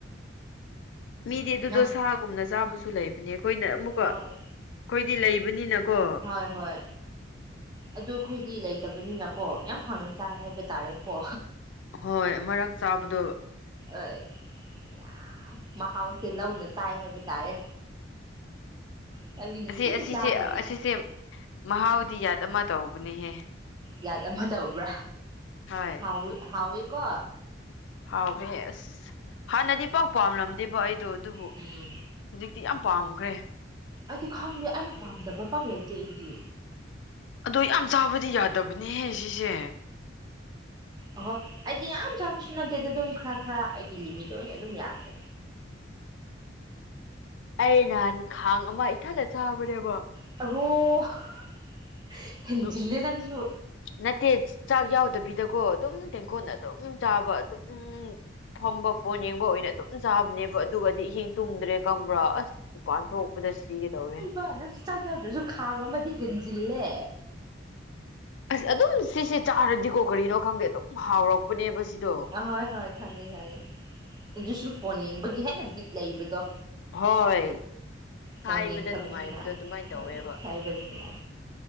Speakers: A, on the left; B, on the right.
A: ꯃꯤꯗꯤ ꯑꯗꯨꯗꯣ
B: ꯅꯪ
A: ꯁꯥꯒꯨꯝꯅ ꯆꯥꯕꯁꯨ ꯂꯩꯕꯅꯦ ꯑꯩꯈꯣꯏꯅ ꯑꯃꯨꯛꯀ
B: ꯍꯣꯏ
A: ꯈꯣꯏꯗꯤ ꯂꯩꯕꯅꯤꯅꯀꯣ
B: ꯍꯣꯏ ꯍꯣꯏ ꯑꯗꯨ ꯑꯩꯈꯣꯏꯒꯤ ꯂꯩꯇꯕꯅꯤꯅꯀꯣ ꯌꯥꯝ ꯍꯥꯎꯅ ꯆꯥꯏ ꯍꯥꯏꯕ ꯇꯥꯔꯦꯀꯣ꯫
A: ꯍꯣꯏ ꯃꯔꯛ ꯆꯥꯕꯗꯣ
B: ꯑꯢ ꯌꯥꯝ ꯃꯍꯥꯎꯁꯦ ꯂꯧꯅ ꯆꯥꯏ ꯍꯥꯏꯕ ꯇꯥꯔꯦ ꯅꯪꯒꯤ ꯅꯨꯡꯇꯤꯅ
A: ꯑꯁꯤ ꯑꯁꯤꯁꯦ
B: ꯆꯥꯕꯒꯤ
A: ꯑꯁꯤꯁꯦ ꯃꯍꯥꯎꯗꯤ ꯌꯥꯠ ꯑꯃ ꯇꯧꯕꯅꯦꯍꯦ
B: ꯌꯥꯠ ꯑꯃ ꯇꯧꯕ꯭ꯔꯥ
A: ꯍꯣꯏ
B: ꯍꯥꯎꯋꯤ ꯍꯥꯎꯋꯦꯀꯣ
A: ꯍꯥꯎꯋꯦ ꯑꯁ ꯍꯥꯟꯅꯗꯤ ꯄꯥꯛ ꯄꯥꯝꯂꯝꯗꯦꯕꯣ ꯑꯩꯗꯣ ꯑꯗꯨꯕꯨ
B: ꯎꯝ
A: ꯍꯧꯖꯤꯛꯇꯤ ꯌꯥꯝ ꯄꯥꯝꯒ꯭ꯔꯦ꯫
B: ꯑꯩꯗꯤ ꯈꯪꯗꯦ ꯑꯩꯅ ꯄꯥꯝꯗꯕ ꯄꯥꯛ ꯂꯩꯇꯦ ꯑꯩꯗꯤ꯫
A: ꯑꯗꯣ ꯌꯥꯝ ꯆꯥꯕꯗꯤ ꯌꯥꯗꯕꯅꯦꯍꯦ ꯁꯤꯁꯦ
B: ꯑꯍꯣ ꯑꯩꯗꯤ ꯌꯥꯝ ꯆꯥꯕꯁꯨ ꯅꯠꯇꯦꯗ ꯑꯗꯨꯝ ꯈꯔ ꯈꯔ ꯑꯩꯒꯤ ꯂꯤꯃꯤꯠ ꯑꯣꯏꯅ ꯑꯗꯨꯝ ꯌꯥꯈ꯭ꯔꯦ꯫
A: ꯑꯩ ꯅꯍꯥꯟ ꯈꯥꯡ ꯑꯃ ꯏꯊꯟꯅ ꯆꯥꯕꯅꯦꯕ
B: <unintelligible> ꯍꯦꯟꯖꯤꯜꯂꯦ
A: <unintelligible>
B: ꯅꯪꯁꯨ
A: ꯅꯠꯇꯦ ꯆꯥꯛ ꯌꯥꯎꯗꯕꯤꯗꯀꯣ ꯑꯗꯨꯝ ꯇꯦꯡꯀꯣꯠꯅ ꯑꯗꯨꯝ ꯆꯥꯕ ꯑꯗꯨꯝ ꯐꯝꯕ ꯐꯣꯟ ꯌꯦꯡꯕ ꯑꯣꯏꯅ ꯑꯗꯨꯝ ꯆꯥꯕꯅꯦꯕ ꯑꯗꯨꯒꯗꯤ ꯏꯍꯤꯡ ꯇꯨꯝꯗ꯭ꯔꯦ ꯈꯪꯕ꯭ꯔꯥ ꯑꯁ ꯃꯄꯥꯟ ꯊꯣꯛꯄꯗ ꯁꯤꯒꯦ ꯇꯧꯋꯦ꯫
B: <unintelligible> ꯌꯎꯗ꯭ꯔꯁꯨ ꯈꯥꯡ ꯑꯃꯗꯤ ꯍꯦꯟꯖꯤꯜꯂꯦ
A: ꯑꯁ ꯑꯗꯨꯝ ꯁꯤꯁꯦ ꯆꯥꯔꯗꯤꯀꯣ ꯀꯔꯤꯅꯣ ꯈꯪꯗꯦ ꯑꯗꯨꯝ ꯍꯥꯎꯔꯛꯄꯅꯦꯕ ꯁꯤꯗꯣ
B: ꯑꯍꯥꯏ ꯍꯥꯏ ꯈꯪꯉꯤ ꯈꯪꯉꯤ ꯑꯗꯨꯁꯨ ꯐꯣꯟ ꯌꯦꯡꯕꯒꯤ ꯍꯦꯟꯅ ꯕꯤꯠ ꯂꯩꯕꯗꯣ
A: ꯍꯣꯏ
B: ꯐꯣꯟ
A: ꯁꯥꯏꯕꯗ
B: ꯌꯦꯡꯈ꯭ꯔꯕꯅꯤꯅ
A: ꯅꯨꯡꯉꯥꯏꯕꯗꯣ ꯑꯗꯨꯃꯥꯏꯅ
B: ꯍꯣꯏ
A: ꯇꯧꯋꯦꯕ
B: ꯁꯥꯏꯕꯅꯤꯅ